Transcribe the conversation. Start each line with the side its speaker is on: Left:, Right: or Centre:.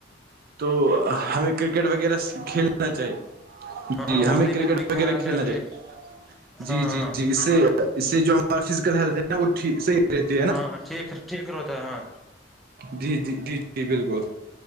Right: تو ہمیں کرکٹ وغیرہ کھیلنا چاہیے
Centre: ہاں
Right: جی
Centre: والی
Right: ہمیں کرکٹ
Centre: بال بھی
Right: وغیرہ کھیلنا
Centre: چاہتے
Right: چاہی
Centre: ہاں
Right: جی جی
Centre: ہاں
Right: جی اس سے اس سے جو ہمارا فزیکل ہیلتھ ہے نا وہٹھیک صحیح رہتی ہے نا
Centre: ہاں ٹھیک ٹھیک رہتا ہے ہاں
Right: جی جی جی جی بالکل